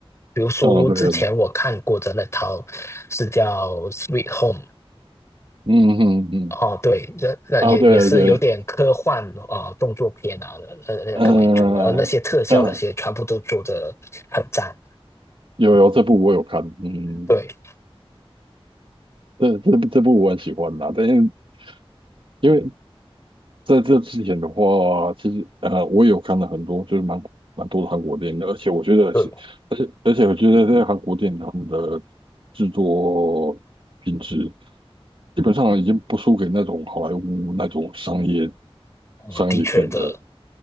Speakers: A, on the left; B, on the right.
A: 比如说之前我看过的那套是叫《Sweet
B: 嗯，对，
A: Home》
B: 嗯嗯嗯，
A: 哦，对，那那也也是有点科幻啊、
B: 啊，对对对，
A: 呃动作片啊，呃那个为主的，
B: 嗯嗯，
A: 而那些特效那些全部都做的很赞。
B: 有有这部我有看，嗯，
A: 对
B: 这这部这部我很喜欢呐、但因为因为在这之前的话，其实呃，我有看了很多，就是蛮蛮多的韩国电影的，而且我觉得是，
A: 对，
B: 而且而且我觉得在韩国电影他们的制作品质基本上已经不输给那种好莱坞那种商业
A: 嗯，
B: 商业片的。
A: 的确的，